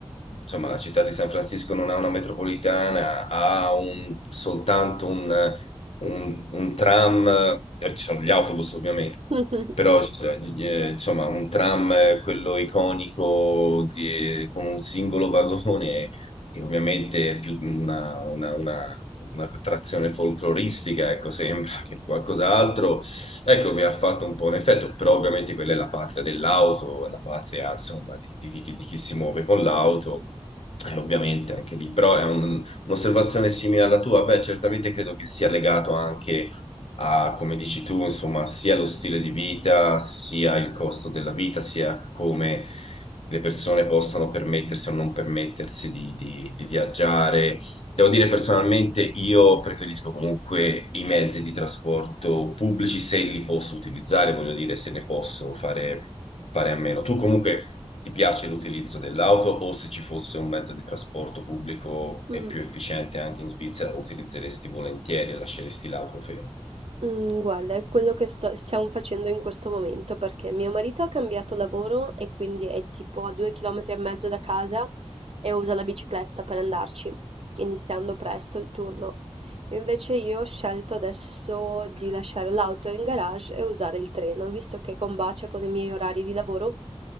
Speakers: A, on the left; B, on the right.
A: insomma, la città di San Francisco non ha una metropolitana, ha un- soltanto un un, un tram, eh, ci sono gli autobus ovviamente,
B: <laughs>
A: però ci sono, eh, insomma un tram, eh, quello iconico di- con un singolo <laughs> vagone, che ovviamente è più una, una- una- una trazione folcloristica, ecco, sembra che qualcos'altro, ecco, mi ha fatto un po' un effetto, però ovviamente quella è la patria dell'auto, la patria, insomma, di, di chi di chi si muove con l'auto. Eh, ovviamente anche lì, però è un- Un'osservazione simile alla tua? Beh, certamente credo che sia legato anche a, come dici tu, insomma, sia lo stile di vita, sia il costo della vita, sia come le persone possano permettersi o non permettersi di, di- di viaggiare. Devo dire personalmente, io preferisco comunque i mezzi di trasporto pubblici se li posso utilizzare, voglio dire, se ne posso fare fare a meno. Tu comunque ti piace l'utilizzo dell'auto o se ci fosse un mezzo di trasporto pubblico
B: Mm.
A: e più efficiente anche in Svizzera, utilizzeresti volentieri e lasceresti l'auto ferma?
B: Mhmm, guarda, è quello che sto stiamo facendo in questo momento, perché mio marito ha cambiato lavoro e quindi è tipo a 2 chilometri e mezzo da casa e usa la bicicletta per andarci, iniziando presto il turno. Invece io ho scelto adesso di lasciare l'auto in garage e usare il treno, visto che combacia con i miei orari di lavoro.